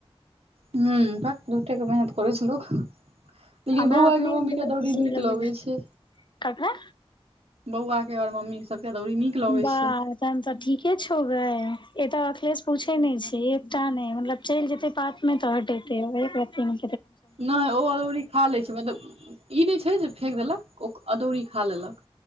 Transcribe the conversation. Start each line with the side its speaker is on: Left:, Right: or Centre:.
Right: हुं, भट झुठे के मेहनत करै छै लोक। लेकिन
Left: हमरा
Right: बौआ
Left: अपने
Right: के मम्मीके
Left: अजीब
Right: अदौरी नीक
Left: लगैये
Right: लगै छै।
Left: ककरा
Right: बौआकेर मम्मी सबके अदौरी नीक लगै
Left: वाह
Right: छै
Left: तखैन त ठीके छौ गै एत अखलेश पूछे नहि छी। तें नहि, मतलब चलि जेतै पात मे त हटेतै एक रति नै।
Right: नै ओ अदौरी खा लै छै मतलब ई नहि छै जे फेेक देलक ओ अदौरी खा लेलक